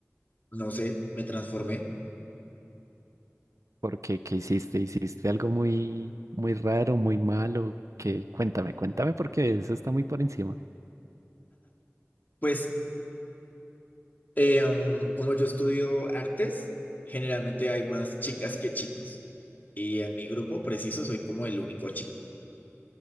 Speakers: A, on the left; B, on the right.
A: no sé, me transformé.
B: ¿por qué? ¿Qué hiciste? ¿Hiciste algo muy, muy raro, muy malo? ¿Qué? Cuéntame, cuéntame porque eso está muy por encima.
A: Pues Eh, um, como yo estudio artes, generalmente hay más chicas que chicos. Y en mi grupo preciso soy como el único chico.